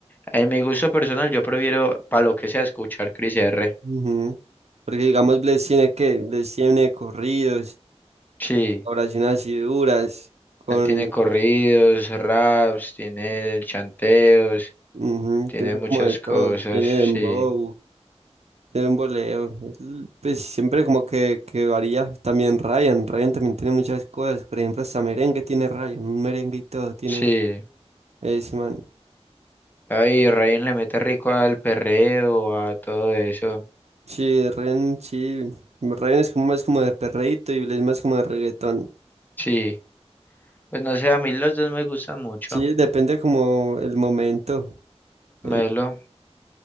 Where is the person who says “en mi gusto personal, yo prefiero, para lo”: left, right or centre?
Left